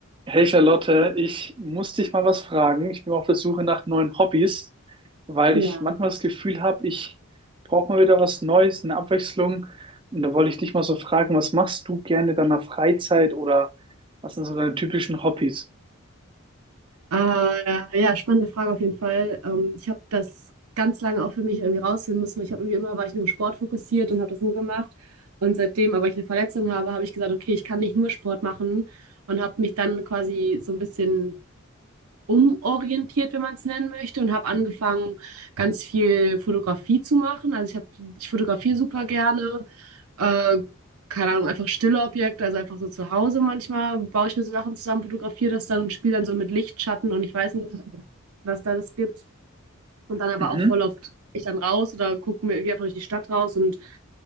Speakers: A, on the right; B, on the right.
A: Hey Charlotte, ich muss dich mal was fragen. Ich bin auf der Suche nach neuen Hobbys, weil
B: Ja.
A: ich manchmal das Gefühl habe, ich brauche mal wieder was Neues, eine Abwechslung. Und da wollte ich dich mal so fragen, was machst du gerne in deiner Freizeit oder was sind so deine typischen Hobbys?
B: Äh, ja, spannende Frage auf jeden Fall. Ähm, ich habe das ganz lange auch für mich irgendwie rausfinden müssen. weil Ich habe irgendwie immer, war ich nur Sport fokussiert und habe das nur gemacht. Und seitdem, aber ich eine Verletzung habe, habe ich gesagt, okay, ich kann nicht nur Sport machen und habe mich dann quasi so ein bisschen umorientiert, wenn man es nennen möchte, und habe angefangen, ganz viel Fotografie zu machen. Also ich habe, ich fotografiere super gerne Äh, keine Ahnung, einfach stille Objekte, also einfach so zu Hause manchmal baue ich mir so Sachen zusammen, fotografiere das dann und spiele dann so mit Licht, Schatten und ich weiß nicht, was da das gibt. Und dann aber
A: Mhm.
B: auch voll oft ich dann raus oder gucke mir gehe einfach durch die Stadt raus und